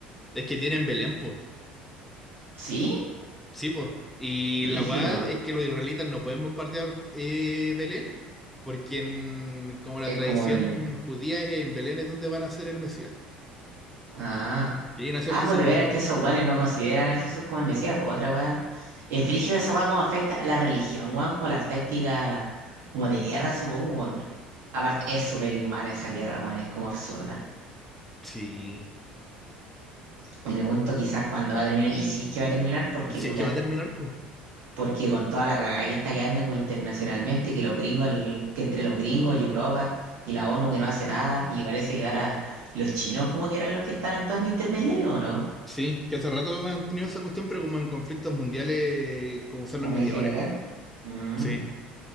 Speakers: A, in the centre; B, on the right.
A: es que tienen Belén, po.
B: ¿Sí?
A: Sí, po. Y
B: Brígido.
A: la verdad es que los israelitas no pueden bombardear eh, Belén, porque en- como la
B: Es
A: tradición
B: como el...
A: judía es en Belén es donde van a ser el Mesías.
B: Ah.
A: Y ahí nació
B: Ah,
A: Jesús,
B: pues de veras
A: pero
B: que esos guanes no consideran a Jesús como el Mesías, pues otra weá. El frígido esa weá como afecta a la religión, weón, como las tácticas como de guerra, supongo, weón. Aparte, es súper inhumana esa guerra, weón, es como absurda.
A: sí.
B: Me pregunto quizás cuándo va a terminar, y si es que va a terminar, porque
A: Y si
B: puta,
A: es que va a terminar, pues.
B: porque con toda la cagada que está quedando como internacionalmente, que los gringos, el- que entre los gringos y Europa y la ONU que no hace nada, y parece que ahora los chinos como que eran los que están actuando intermediarios, ¿o no?
A: Sí, que hace rato han tenido esa cuestión, pero como en conflictos mundiales, como son
B: Como
A: los mediadores.
B: en general. Mm.
A: Sí,